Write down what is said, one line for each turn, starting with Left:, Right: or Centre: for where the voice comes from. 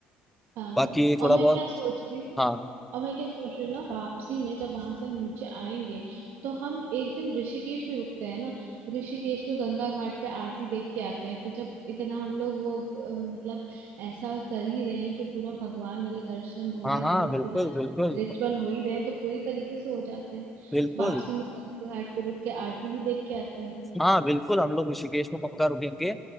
Right: हाँ
Centre: बाकी
Right: और
Centre: थोड़ा
Right: मैं
Centre: बहुत
Right: क्या सोच रही हूँ
Centre: हाँ
Right: और मैं क्या सोच रही हूँ ना वापसी में जब वहां से हम नीचे आएंगे तो हम एक दिन ऋषिकेश भी रुकते हैं ना ऋषिकेश में गंगा घाट पे आरती देख के आते हैं फिर जब इतना हम लोग वो अ, मतलब ऐसा कर ही रहे हैं कि पूरा भगवान वाले दर्शन हो
Centre: हाँ
Right: रहे
Centre: हाँ
Right: हैं हम लोग
Centre: बिल्कुल
Right: पूरा
Centre: बिल्कुल
Right: रिचुअल हो ही रहे हैं तो पूरी तरीके से हो जाते हैं
Centre: बिल्कुल
Right: वापसी में गंगा घाट पे रुक के आरती भी देख के आते हैं
Centre: हाँ बिल्कुल हम लोग ऋषिकेश में पक्का रुकेंगे